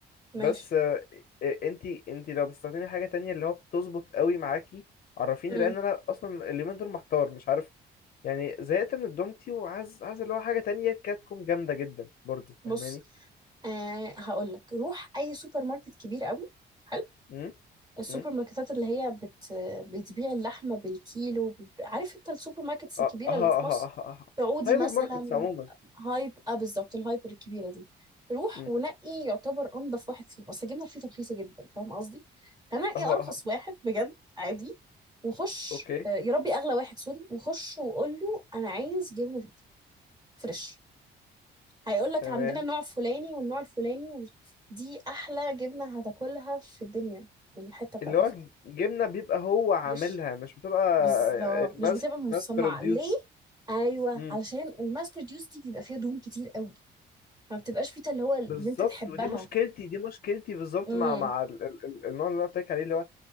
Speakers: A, on the right; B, on the left.
A: ماشي
B: بس انت انت لو بتستخدمي حاجه تانية اللي هو بتظبط قوي معاكي عرفيني
A: امم
B: لان انا اصلا اليومين دول محتار مش عارف يعني زهقت من الدومتي وعايز عايز اللي هو حاجه تانية كانت تكون جامده جدا برضو فاهماني
A: بص آه هقول لك روح اي سوبر ماركت كبير قوي حلو
B: امم
A: السوبر
B: امم
A: ماركتات اللي هي بت... بتبيع اللحمه بالكيلو عارف انت السوبر ماركتس
B: اه
A: الكبيره
B: اه
A: اللي في
B: اه
A: مصر
B: اه اه
A: سعودي
B: هايبر
A: مثلا
B: ماركتس عموما
A: هايب اه بالظبط الهايبر الكبيره دي روح
B: امم
A: ونقي يعتبر انضف واحد فيهم اصل الجبنه الفيتا رخيصه جدا فاهم قصدي فنقي
B: اه اه
A: ارخص واحد بجد عادي وخش
B: اوكي
A: آه، يا ربي اغلى واحد سوري وخش وقول له انا عايز جبنه فيتا فريش هيقول لك
B: تمام
A: عندنا النوع الفلاني والنوع الفلاني و- دي احلى جبنه هتاكلها في الدنيا من الحته بتاعت
B: اللي هو
A: الفيتا
B: جبنه بيبقى هو عاملها
A: فريش
B: مش بتبقى
A: بالظبط
B: ماس
A: مش بتبقى مصنعه
B: ماس بروديوس
A: ليه ايوه
B: امم
A: علشان الماس بروديوس دي بيبقى فيها دهون كتير قوي ما بتبقاش فيتا اللي هو اللي
B: بالظبط
A: انت تحبها
B: ودي مشكلتي دي مشكلتي بالظبط
A: امم
B: مع مع ال- ال- ال- النوع اللي انا قلت لك عليه اللي هو